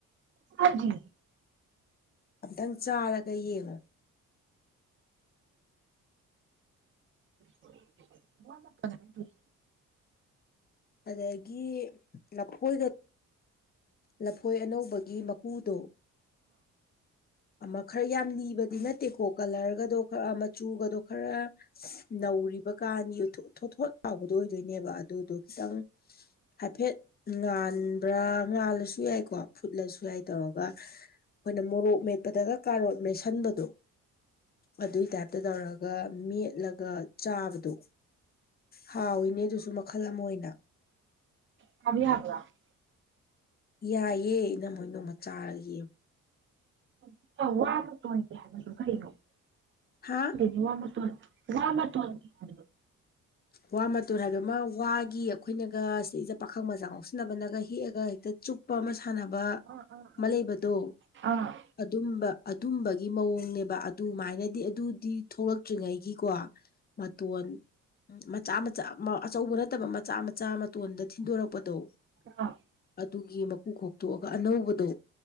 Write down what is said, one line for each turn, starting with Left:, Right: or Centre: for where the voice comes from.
Right: ꯆꯥꯗ꯭ꯔꯤ
Left: ꯑꯝꯇꯪ ꯆꯥꯔꯒ ꯌꯦꯡꯉꯣ
Right: <unintelligible>
Left: ꯑꯗꯒꯤ ꯂꯐꯣꯏꯒ ꯂꯐꯣꯏ ꯑꯅꯧꯕꯒꯤ ꯃꯀꯨꯗꯣ ꯑꯃ ꯈꯔ ꯌꯥꯝ ꯂꯤꯕꯗꯤ ꯅꯠꯇꯦꯀꯣ ꯀꯂꯔꯒꯗꯣ ꯈꯔ ꯃꯆꯨꯒꯗꯣ ꯈꯔ ꯅꯧꯔꯤꯕꯀꯥꯟꯒꯤ ꯊꯣ ꯊꯣꯠ ꯊꯣꯠ ꯂꯥꯎꯕꯗꯣ ꯑꯣꯏꯗꯣꯏꯅꯦꯕ ꯑꯗꯨꯗꯣ ꯈꯤꯇꯪ ꯍꯥꯏꯐꯦꯠ ꯉꯥꯟꯕ꯭ꯔꯥ ꯉꯥꯜꯂꯁꯨ ꯌꯥꯏꯀꯣ ꯐꯨꯠꯂꯁꯨ ꯌꯥꯏ ꯇꯧꯔꯒ ꯈꯣꯏꯅ ꯃꯣꯔꯣꯛ ꯃꯦꯠꯄꯗꯒ ꯀꯥꯔꯣꯠ ꯃꯦꯠꯁꯟꯕꯗꯣ ꯑꯗꯨꯏ ꯇꯥꯏꯞꯇ ꯇꯧꯔꯒ ꯃꯦꯠꯂꯒ ꯆꯥꯕꯗꯣ ꯍꯥꯎꯋꯤꯅꯦ ꯑꯗꯨꯁꯨ ꯃꯈꯜ ꯑꯃ ꯑꯣꯏꯅ
Right: <unintelligible>
Left: ꯌꯥꯏꯌꯦ ꯏꯅꯝꯃ ꯍꯣꯏ ꯅꯣꯡꯃ ꯆꯥꯔ ꯌꯦꯡꯉꯣ
Right: <unintelligible> ꯀꯩꯅꯣ
Left: ꯍꯥꯥ
Right: <unintelligible> ꯋꯥ ꯃꯇꯣꯟꯒꯤ ꯍꯥꯏꯕꯗꯣ
Left: ꯋꯥ ꯃꯇꯣꯟ ꯍꯥꯏꯕ ꯑꯃ ꯋꯥꯒꯤ ꯑꯈꯣꯏꯅꯒ ꯁꯩꯖꯤꯗ ꯄꯥꯈꯪ ꯃꯆꯥ ꯉꯥꯎꯁꯤꯟꯅꯕꯅꯒ ꯍꯦꯛꯑꯒ ꯍꯦꯛꯇ ꯆꯨꯞ ꯄ ꯑꯃ ꯁꯥꯟꯅꯕ
Right: ꯑꯥ
Left: ꯑꯃ ꯂꯩꯕꯗꯣ
Right: ꯑꯥ
Left: ꯑꯗꯨꯝꯕ ꯑꯗꯨꯝꯕꯒꯤ ꯃꯑꯣꯡꯅꯦꯕ ꯑꯗꯨꯃꯥꯏꯅꯗꯤ ꯑꯗꯨꯗꯤ ꯊꯣꯛꯂꯛꯇ꯭ꯔꯤꯉꯩꯒꯤꯀꯣ ꯃꯇꯣꯟ ꯃꯆꯥ ꯃꯆꯥ ꯃ ꯑꯆꯧꯕ ꯅꯠꯇꯕ ꯃꯆꯥ ꯃꯆꯥ ꯃꯇꯣꯟꯗ ꯊꯤꯟꯗꯣꯔꯛꯄꯗꯣ
Right: <unintelligible>
Left: ꯑꯗꯨꯒꯤ ꯃꯀꯨ ꯈꯣꯛꯇꯣꯛꯑꯒ ꯑꯅꯧꯕꯗꯣ